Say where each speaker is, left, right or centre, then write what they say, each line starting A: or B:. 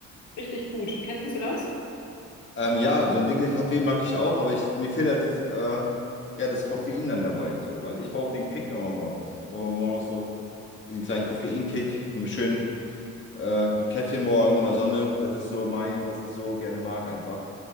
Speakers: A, on the left; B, on the left.
A: Richtig gut. Kennst du das?
B: Ähm, ja, so einen Dinkelkaffee mag ich auch, aber ich, mir fehlt halt äh, ja, das Koffein dann dabei, so, weil ich brauche den Kick immer morgens. Ich brauche immer morgens so diesen kleinen Koffeinkick, schön. Äh, ein Käffchen morgen in der Sonne, das ist so mein, was ich so gerne mag einfach